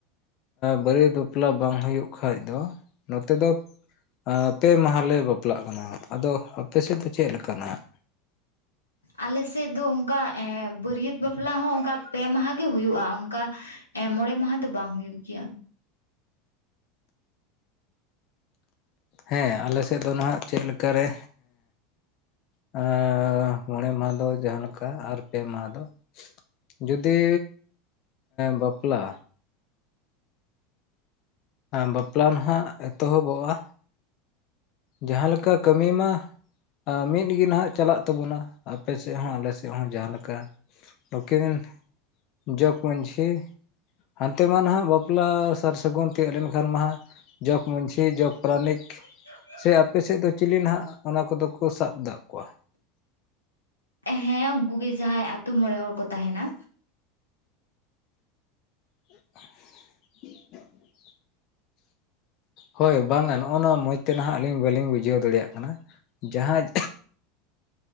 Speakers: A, on the left (about 45°); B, on the left (about 85°).
A: ᱵᱟᱹᱨᱭᱟᱹᱛ ᱵᱟᱯᱞᱟ ᱵᱟᱝ ᱦᱩᱭᱩᱜ ᱠᱷᱟᱡ ᱫᱚ ᱱᱚᱛᱮ ᱫᱚᱼᱼ ᱯᱮ ᱢᱟᱦᱟ ᱞᱮ ᱵᱟᱯᱞᱟᱜ ᱠᱟᱱᱟ ᱟᱫᱚ ᱟᱯᱮ ᱥᱮᱫ ᱫᱚ ᱪᱮᱫ ᱞᱮᱠᱟᱱᱟᱜ
B: ᱟᱞᱮ ᱥᱮᱫ ᱫᱚ ᱚᱱᱠᱟ ᱵᱟᱹᱨᱭᱟᱹᱛ ᱵᱟᱯᱞᱟ ᱦᱚᱸ ᱚᱱᱠᱟ ᱯᱮ ᱢᱟᱦᱟ ᱜᱮ ᱦᱩᱭᱩᱜᱼᱟ ᱚᱱᱠᱟ ᱮ ᱢᱚᱬᱮ ᱢᱟᱦᱟ ᱫᱚ ᱵᱟᱝ ᱦᱩᱭᱩᱜ ᱜᱮᱭᱟ᱾
A: ᱦᱮᱸ ᱟᱞᱮ ᱥᱮᱫ ᱫᱚ ᱱᱟᱦᱟᱜ ᱪᱮᱫ ᱞᱮᱠᱟ ᱨᱮ <unintelligible> ᱢᱚᱬᱮ ᱢᱟᱦᱟ ᱫᱚ ᱡᱟᱦᱟᱸ ᱞᱮᱠᱟ ᱟᱨ ᱯᱮ ᱢᱟᱦᱟ ᱫᱚᱼᱼ ᱡᱩᱫᱤ ᱵᱟᱯᱞᱟ ᱵᱟᱯᱞᱟ ᱱᱟᱦᱟᱜ ᱮᱛᱚᱦᱚᱵᱚᱜᱼᱟ ᱡᱟᱦᱟᱸ ᱞᱮᱠᱟ ᱠᱟᱹᱢᱤ ᱢᱟ ᱢᱤᱫ ᱜᱮ ᱱᱟᱦᱟᱜ ᱪᱟᱞᱟᱜ ᱛᱟᱵᱚᱱᱟ ᱟᱯᱮ ᱥᱮᱫ ᱦᱚᱸ ᱟᱞᱮ ᱥᱮᱫ ᱦᱚᱸ ᱡᱟᱦᱟᱸ ᱞᱮᱠᱟᱼᱼ <unintelligible> ᱡᱚᱜᱽ ᱢᱟᱺᱡᱷᱤ ᱦᱟᱱᱛᱮᱢᱟ ᱱᱟᱦᱟᱜ ᱵᱟᱯᱞᱟ ᱥᱟᱨ ᱥᱟᱹᱜᱩᱱ ᱛᱤᱭᱟᱹᱜ ᱞᱮᱱ ᱠᱷᱟᱱ ᱢᱟ ᱦᱟᱸᱜ ᱡᱚᱜᱽ ᱢᱟᱺᱡᱷᱤ ᱡᱚᱜᱽ ᱯᱟᱨᱟᱱᱤᱠ
B: <inaudible>
A: ᱥᱮ ᱟᱯᱮ ᱥᱮᱫ ᱫᱚ ᱪᱤᱞᱤ ᱱᱟᱦᱟᱜ ᱚᱱᱟ ᱠᱚᱫᱚ ᱠᱚ ᱥᱟᱵ <unintelligible> ᱠᱚᱣᱟ
B: ᱦᱮᱸ ᱩᱱᱠᱩ ᱜᱮ ᱡᱟᱦᱟᱸᱭ ᱟᱛᱳ ᱢᱚᱬᱮ ᱦᱚᱲ ᱠᱚ ᱛᱟᱦᱮᱱᱟ
A: <inaudible> ᱦᱳᱭ ᱵᱟᱝᱼᱟ ᱱᱚᱜᱼᱚᱭ ᱱᱚᱣᱟ ᱢᱚᱡᱽ ᱛᱮ ᱱᱟᱦᱟᱜ ᱟᱹᱞᱤᱧ ᱵᱟᱹᱞᱤᱧ ᱵᱩᱡᱷᱟᱹᱣ ᱫᱟᱲᱮᱭᱟᱜ ᱠᱟᱱᱟ ᱡᱟᱦᱟᱸ